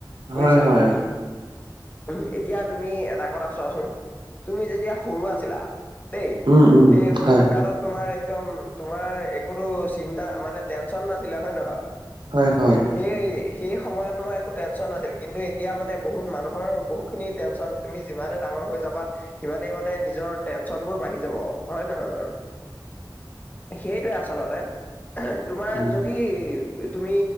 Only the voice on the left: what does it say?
বুজিছা।
উম, এতিয়া তুমি এটা কথা চোৱাচোন তুমি যেতিয়া সৰু আছিলা! দেই
এই সৰু
কালত তোমাৰ একদম তোমাৰ একোতো চিন্তা মানে টেনচন নাছিলে হয় নে নহয়?
সেই সেই সময়ত তোমাৰ একো টেনশ্যন নাছিল। কিন্তু এতিয়া মানে বহু মানুৰ বহুখিনি টেনচন তুমি যিমানে ডাঙৰ হৈ যাবা সিমানেই মানে নিজৰ টেনচনবোৰ বাঢ়ি যাব। হয় নহয় বাৰু? সেইটোৱে আচলতে। তোমাৰ
যদি তুমি